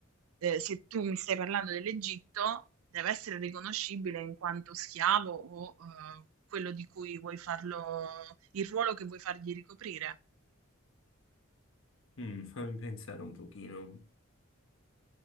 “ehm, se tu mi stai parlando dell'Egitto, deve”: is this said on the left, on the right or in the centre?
Right